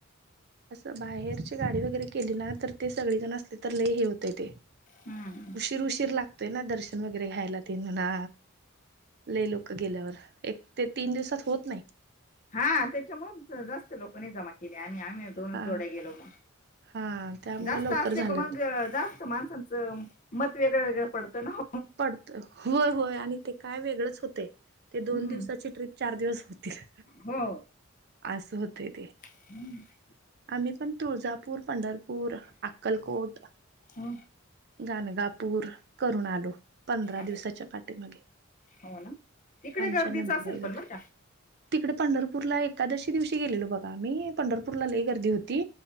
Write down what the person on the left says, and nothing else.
हम्म
हा त्याच्यामुळ जास्त लोक नाही जमा केले. आम्ही आम्ही दोनच
जोड्या गेलो मग.
जास्त
असले
का मग
जास्त माणसांचं मत वेगळं वेगळं पडतंनव.
हम्म
हो
<inaudible>
हा,
असं
हो ना तिकडे
गर्दीच
असेल पण
बरं का